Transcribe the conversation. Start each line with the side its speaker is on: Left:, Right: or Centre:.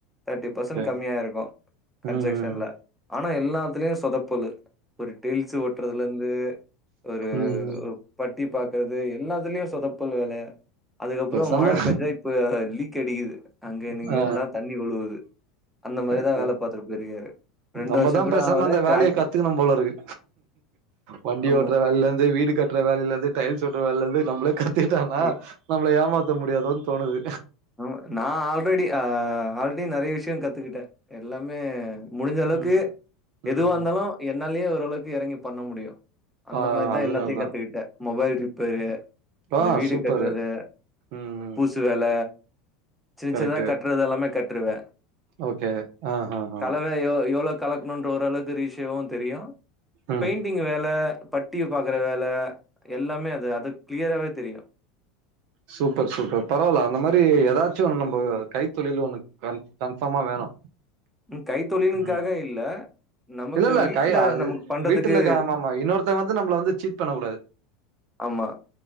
Centre: thirty percent
Right: okay
Centre: கம்மியா இருக்கு கன்சக்சன்ல
Right: ம் ம்
Centre: ஆனா எல்லாத்துலயு சொதப்பலு ஒரு டேல்ஸ்ஸு ஒட்றதுலருந்து ஒரு
Right: ம் ம்
Centre: பட்டி பாக்குறது எல்லாத்துலயு சொதப்பல் வேல அதுக்கப்பறோ
Right: பேசாம
Centre: மழ பேஞ்சா இப்ப வேற லீக் அடிக்குது அங்க நீங்க
Right: ஆ
Centre: இருந்தா தண்ணி ஒழுவுது அந்த மாரிதா
Right: கரெக்ட்
Centre: வேல
Right: தா
Centre: பாத்துட்டு போய்ருக்காரு ரெண்டு
Right: நம்மதா
Centre: வருஷோ கூட
Right: பேசாம
Centre: ஆவல
Right: அந்த வேலைய
Centre: கிராக்கு
Right: கத்துக்கணு போல இருக்கு வண்டி
Centre: ஆமா
Right: ஓட்ற வேலேல இருந்து வீடு கட்ற வேலேல இருந்து டைல்ஸ் ஒட்ற வேலேல இருந்து நம்பளே கத்துகிட்டாதா
Centre: எ
Right: நம்பளய ஏமாத்த முடியாதோன் தோணுது
Centre: ஆமா நா ஆல்ரெடி அ ஆல்ரெடி நெறைய விஷயோ கத்துக்கிட்டே எல்லாமே முடிஞ்சளவுக்கு
Right: ம் ம்
Centre: எதுவா இருந்தாலு
Right: ம்
Centre: என்னாலயு ஓரளவுக்கு எறங்கி பண்ண முடியு அந்த
Right: ஆ
Centre: மாரிதா
Right: அதுதா
Centre: எல்லாத்தையு
Right: அதா
Centre: கத்துக்கிட்டே மொபைல் ரிப்பேரு
Right: ஆ
Centre: இந்த வீடு
Right: சூப்பரு
Centre: கட்றது
Right: ம் ம்
Centre: பூசு வேல சின்
Right: கரெக்ட்டு
Centre: சின்னதா கட்றது எல்லாமே கட்ருவே
Right: ஓகே ஆ ஹா ஹா
Centre: கலவ எவ் எவ்ளோ கலக்கணுன்ற ஓரளவுக்கு ரேஷியோவு தெரியு
Right: ம்
Centre: பெயிண்டிங் வேல பட் டி பாக்கற வேல எல்லாமே அது அதுக் கிளியரவே தெரியு
Right: சூப்பர் சூப்பர் பரவால்ல அந்த மாரி ஏதாச்சு ஒண்ணு நம்ப கைத்தொழில் ஒண்ணு க கன்ஃபாமா வேணு
Centre: ப் கைத்தொழிலுன்காக
Right: ம்
Centre: இல்ல நமக்கு
Right: இல்ல இல்ல
Centre: வீட்ல
Right: கை அது
Centre: நமக்கு பண்றதுக்கு
Right: வீட்ல இருக்க ஆமாமா இன்னொருத்தங்க வந்து நம்மள வந்து சீட் பண்ண கூடாது.
Centre: ஆமா